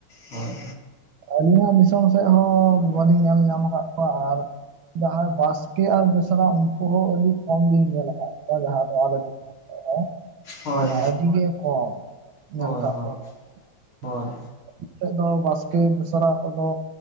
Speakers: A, on the left (about 90°); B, on the right (about 75°).
A: ᱦᱳᱭ,
B: ᱟᱹᱞᱤᱧᱟᱜ ᱫᱤᱥᱚᱢ ᱥᱮᱫ ᱦᱚᱸ ᱵᱟᱹᱞᱤᱧ ᱧᱮᱞ ᱧᱟᱢ ᱟᱠᱟᱜ ᱠᱚᱣᱟ, ᱟᱨ ᱡᱟᱦᱟᱸᱭ ᱵᱟᱥᱠᱮ ᱟᱨ ᱵᱮᱥᱨᱟ, ᱩᱱᱠᱩ ᱦᱚᱸ ᱟᱹᱰᱤ ᱠᱚᱢ ᱜᱤᱧ ᱧᱮᱞ ᱟᱠᱟᱜ ᱠᱚᱣᱟ᱾ ᱡᱟᱦᱟᱸ ᱫᱚ ᱟᱞᱮ ᱫᱤᱥᱚᱢ ᱥᱮᱫ ᱨᱮ,
A: ᱦᱳᱭ
B: ᱢᱟᱱᱮ
A: ᱦᱳᱭ
B: ᱟᱹᱰᱤ ᱜᱮ ᱠᱚᱢ ᱧᱮᱞ
A: ᱦᱳᱭ
B: ᱟᱠᱟᱜ
A: ᱦᱳᱭ
B: ᱠᱚᱣᱟᱞᱮ᱾ ᱦᱩᱸ
A: ᱦᱳᱭ
B: ᱟᱯᱮ ᱥᱮᱫ ᱫᱚ ᱵᱟᱥᱠᱮ ᱵᱮᱥᱨᱟ ᱠᱚᱫᱚ